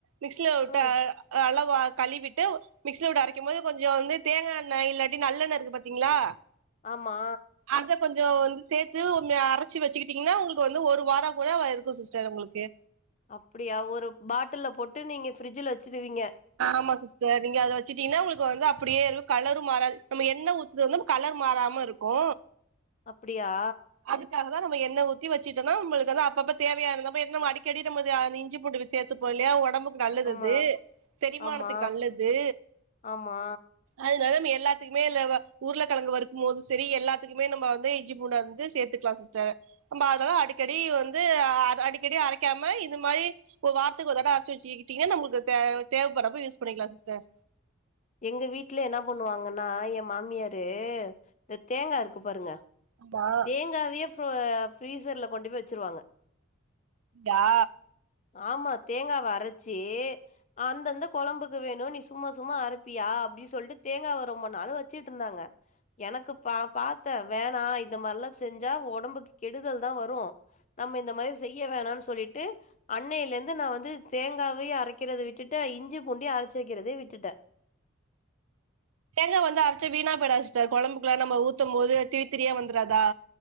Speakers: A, on the right; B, on the left.
A: மிக்ஸ்ல வுட்டு
B: ம்
A: அ அளவா கழுவிட்டு மிக்சில போட்டு அரைக்கும் போது கொஞ்சோ வந்து தேங்கா எண்ண இல்லாட்டி நல்லண்ண இருக்கு பாத்தீங்ளா
B: ஆமா
A: அத கொஞ்சோ வந்து சேத்து உண் அரச்சு வெச்சுக்கிட்டீங்னா உங்கள்க்கு வந்து ஒரு வாரோ கூட இருக்கு சிஸ்டர் உங்கள்க்கு
B: அப்டியா ஒரு பாட்டில்ல போட்டு நீங்க ஃப்ரிட்ஜ்ல வச்சிருவீங்க
A: ஆமா சிஸ்ட நீங்க அத வச்சுட்டீங்ன்னா உங்கள்க்கு வந்து அப்டியே இருக்கு கலரு மாறாது நம்ம என்ன ஊ இது வந்து கலர் மாறாம இருக்கு
B: அப்புடியா
A: அதுக்காக தா நம்ம எண்ண ஊத்தி வச்சட்டொன்னா நம்மளுக்கு வந்து அப்பபோ தேவையான நம்ம அடிக்கடி நம்ம இது இஞ்சி பூண்டு வச் சேத்துப்போ இல்லையா ஒடம்புக்கு நல்லது
B: ஆமா
A: அது செரிமானத்துக்கு
B: ஆமா
A: நல்லது
B: ஆமா
A: அதனால ம்ம எல்லாத்துக்குமே இல்ல உருள கிழங்கு வருக்கும் போது சரி எல்லாத்துக்குமே நம்ம வந்து இஞ்சி பூண்ட வந்து சேத்துக்கலா சிஸ்டர் இம்பாலு அடிக்கடி வந்து அடி அடிக்கடி அரைக்காம இது மாரி ஒரு வாரத்க்கு ஒரு தடவ அரச்சு வெச்சுக்கிட்டீங்க நம்மளுக்கு தேவ தேவ்ப்படறப்ப யூஸ் பண்ணிக்கலா சிஸ்டர்
B: எங்க வீட்ல என்ன பண்ணுவாங்கன்னா ய மாமியாரு இந் தேங்கா இருக்கு பாருங்க
A: அதா
B: தேங்கவிய ஃபு ஃப்ரீசர்ல கொண்டு போய் வெச்சுருவாங்க
A: யா
B: ஆமா தேங்காவ அரச்சி அந்தந்த கொழம்புக்கு வேணு நீ சும்மா சும்மா அரப்பியா அப்டின்னு சொல்லிட்டு தேங்காவ ரொம்ப நாள் வச்சிட்டு இருந்தாங்க எனக்கு பா பார்த்தே வேணா இந்த மாரிலா செஞ்சா ஒடம்புக்கு கெடுதல் தா வரோ நம்ம இந்த மாதிரி செய்ய வேணாம் சொல்லிட்டு அன்னேலருந்து நா வந்து தேங்காவையு அரைக்கறத விட்டுட்ட இஞ்சி பூண்ட அரைச்சு வைக்கிறதயும் விட்டுட்ட
A: தேங்க வந்து அரைச்சா வீணா போயிடாதா சிஸ்டர் கொழம்புக்குலா நம்ம ஊத்தும் போது திரி திரியா வந்துராதா